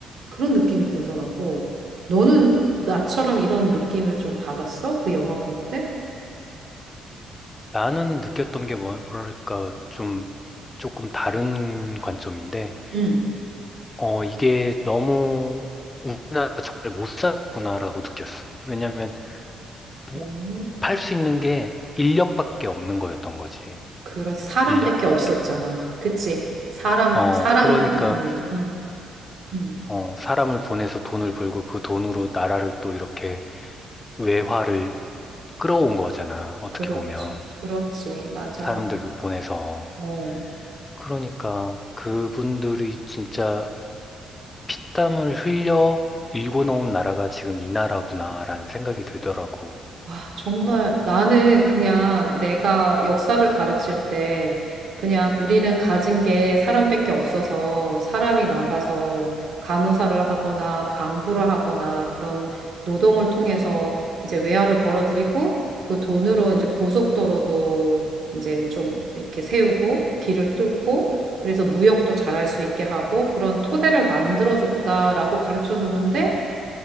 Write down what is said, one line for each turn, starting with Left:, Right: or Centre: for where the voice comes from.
Right: 그런 느낌이 들더라고. 너는 나처럼 이런 느낌을 좀 받았어? 그 영화 볼 때?
Left: 나는 느꼈던 게 뭐랄까 좀 조금 다른 관점인데,
Right: 응.
Left: 어, 이게 너무 우리나라가 잘못 살았구나라고 느꼈어. 왜냐면 뭐,
Right: 오,
Left: 팔수 있는 게 인력밖에 없는 거였던 거지.
Right: 그런 사람밖에
Left: 인력밖에.
Right: 없었잖아. 그치? 사람,
Left: 어,
Right: 사람이.
Left: 그러니까,
Right: 응. 응.
Left: 어, 사람을 보내서 돈을 벌고 그 돈으로 나라를 또 이렇게 외화를 끌어온 거잖아. 어떻게
Right: 그렇지,
Left: 보면.
Right: 그렇지, 맞아.
Left: 사람들 보내서.
Right: 어.
Left: 그러니까 그분들이 진짜 피땀을 흘려 일궈 놓은 나라가 지금 이 나라구나라는 생각이 들더라고.
Right: 아, 정말 나는 그냥 내가 역사를 가르칠 때 그냥 우리는 가진 게 사람밖에 없어서 사람이 나가서 간호사를 하거나 강부를 하거나 그런 노동을 통해서 이제 외화를 벌어들이고 그 돈으로 이제 고속도로도 이제 좀 이렇게 세우고 길을 뚫고 그래서 무역도 잘할 수 있게 하고 그런 토대를 만들어줬다라고 가르쳐 줬는데